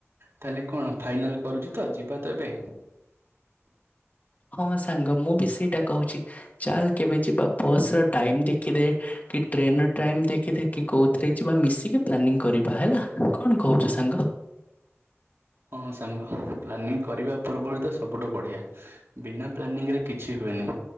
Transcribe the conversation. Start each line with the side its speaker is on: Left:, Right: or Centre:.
Right: ତାହେଲେ କଣ? ଫାଇନାଲ୍ କରୁଛୁ ତ ଯିବା ତ ଏବେ?
Left: ହଁ ସାଙ୍ଗ ମୁଁ ବି ସେଇଟା କହୁଛି ଚାଲ କେବେ ଯିବା ବସ ର ଟାଇମ ଦେଖିଦେ। କି ଟ୍ରେନ ର ଟାଇମ ଦେଖି ଦେ କୋଉଥିରେ ଯିବା ମିଶିକି ପ୍ଲାନିଂ କରିବା ହେଲା କଣ କହୁଛୁ ସାଙ୍ଗ।
Right: ହଁ ସାଙ୍ଗ ପ୍ଲାନିଂ କରିବା ପୂର୍ବରୁ ତ ସବୁଠୁ ବଢିଆ ବିନା ପ୍ଲାନିରେ କିଛି ହୁଏନି